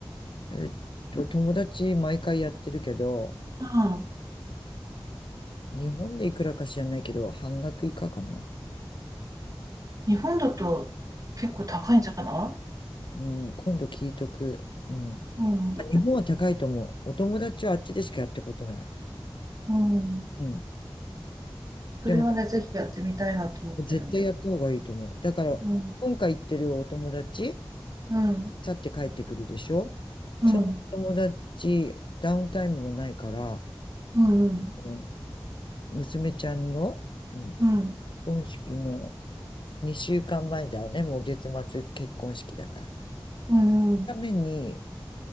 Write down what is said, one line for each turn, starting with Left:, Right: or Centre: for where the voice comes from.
Left: えっと、友達毎回やってるけど、
Right: うん。
Left: 日本でいくらか知らないけど、半額以下かな。
Right: 日本だと結構高いんじゃな
Left: うん、今度聞いとく。うん。
Right: いうん。
Left: 日本は高いと思う。お友達はあっちでしかやったことない。
Right: うん。
Left: うん。
Right: それはね、
Left: でも、
Right: ぜひやってみたいなと思ってるんだよね。
Left: 絶対やった方がいいと思う。だから、
Right: うん、
Left: 今回行ってるお友達、
Right: うん、
Left: 去って帰ってくるでしょ
Right: うん、
Left: その友達、ダウンタイムもないから、
Right: うん、うん、
Left: うん娘ちゃんの、うん、結
Right: うん、
Left: 婚式の2週間前だよね、もう月末結婚式だから。
Right: うん、
Left: ために、